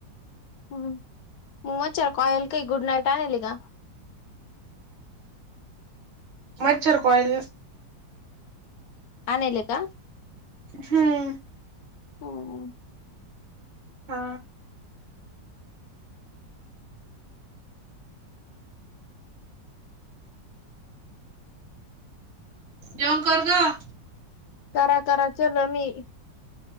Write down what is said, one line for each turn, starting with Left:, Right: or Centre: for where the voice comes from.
Left: हम मच्छर कॉईल काही गुड नाईट आनली का
Right: मच्छर कॉईल
Left: आनायले का
Right: हम्म
Left: हम्म
Right: हा जेवण कर गं
Left: करा करा चाललो मी.